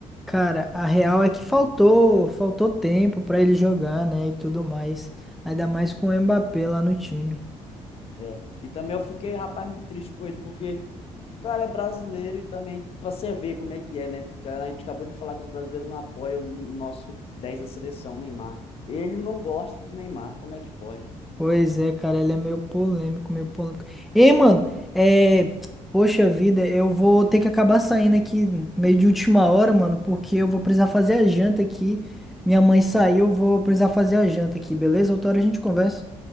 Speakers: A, in the centre; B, on the left.
A: cara, a real é que faltou, faltou tempo pra ele jogar, né, e tudo mais. Ainda mais com o Mbappé lá no time.
B: É. E também eu fiquei, rapaz, muito triste com ele, porque o cara é brasileiro e também, pra você ver como é que é, né? Que a gente acabou de falar que os brasileiros não apoiam o nosso 10 da seleção, Neymar. Ele não gosta do Neymar, como é que pode?
A: Pois é, cara, ele é meio polêmico, meio polêmico. Ei, mano, é, poxa vida, eu vou ter que acabar saindo aqui meio de última hora, mano, porque eu vou precisar fazer a janta aqui. Minha mãe saiu, eu vou precisar fazer a janta aqui, beleza? Outra hora a gente conversa.